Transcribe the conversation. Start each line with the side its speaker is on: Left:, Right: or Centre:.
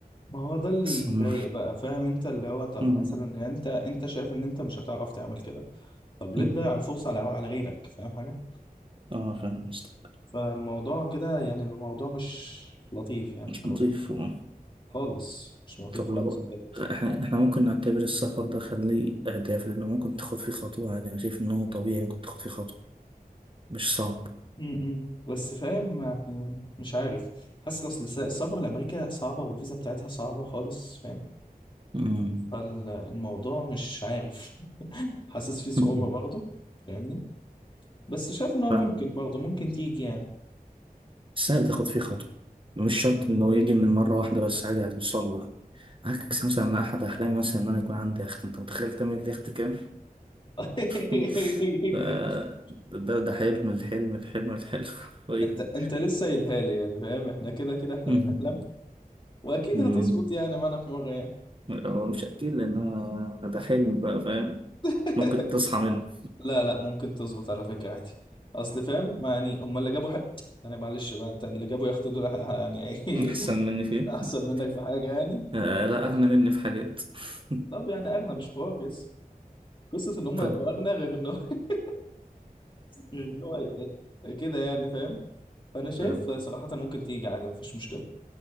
Left: ما هو ده اللي
Right: سمو
Left: يضايق بقى فاهم انت اللي هو طب
Right: أمم.
Left: مثلا انت انت شايف ان انت مش هتعرف تعمل كده طب ليه
Right: أمم.
Left: تضيع الفرصة على على غيرك فاهم حاجة
Right: اه فاهم قصدك.
Left: فالموضوع كده يعني الموضوع مش لطيف يعني كده
Right: نضيف آه.
Left: خالص مش لطيف
Right: طب
Left: خالص
Right: لو
Left: بجد
Right: احنا احنا ممكن نعتبر السفر ده خليه اهداف لانه ممكن تاخد فيه خطوة عادي انا شايف ان هو طبيعي ممكن تاخد فيه خطوة مش صعب
Left: م- م. بس فاهم يعني مش عارف حاسس اصل الس- السفر لامريكا صعبه والفيزا بتاعتها صعبه خالص فاهم
Right: أمم.
Left: فالموضوع مش عارف <laughs> حاسس فيه صعوبه
Right: أمم.
Left: برضه فاهمني بس شايف ان هو
Right: فاهم
Left: ممكن برضه ممكن تيجي يعني
Right: <laughs> سهل تاخد فيه خطوة مش شرط ان هو يجي من مرة واحدة بس عادي هتوصل له عكس مثلا أنا احد احلامي مثلا ان انا يكون عندي يخت انت متخيل تعمل لي يخت كام
Left: <laughs>
Right: <laughs> ف- ده ده حلم الحلم الحلم الحلم <laughs> حرفيا
Left: انت انت لسه قايلها لي يعني فاهم احنا كده كده احنا
Right: <laughs>
Left: بنحلم واكيد
Right: مم.
Left: هتظبط يعني معانا في مره يعني
Right: هو مش أكيد لأن أنا ده حلم بقى فاهم
Left: <laughs>
Right: ممكن تصحى منه
Left: لا لا ممكن تظبط على فكرة عادي اصل فاهم ما يعني هم اللي جابوا حق انا معلش بقى انت اللي جابوا ياخدوا دول ه- يعني
Right: <laughs> أحسن
Left: <laughs>
Right: مني في إيه؟
Left: احسن منك في حاجه يعني
Right: آه، لا
Left: معلش
Right: أغنى مني في حاجات <laughs>
Left: طب يعني اغنى مش حوار بس قصه ان هم
Right: طب
Left: يبقوا اغنى غير ان هو <laughs> غير ان هو يبقى إيه. كده يعني فاهم فانا شايف
Right: طب <laughs>
Left: صراحه ممكن تيجي عادي مفيش مشكله